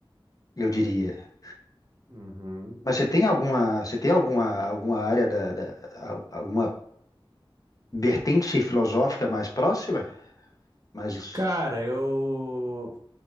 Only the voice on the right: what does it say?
uhum.
Cara, eu.